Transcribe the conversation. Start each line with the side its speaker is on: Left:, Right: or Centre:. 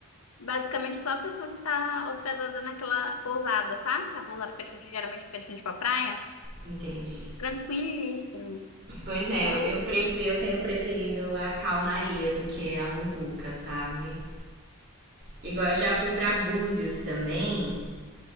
Left: Basicamente, é só a pessoa que tá hospedada naquela pousada, sabe? A pousada fica de frente- geralmente fica de frente pra praia.
Right: Entendi.
Left: Tranquilíssimo.
Right: Pois é,
Left: É.
Right: eu, eu prefiro, eu tenho preferido a calmaria do que a muvuca, sabe? Igual eu já fui pra Búzios também.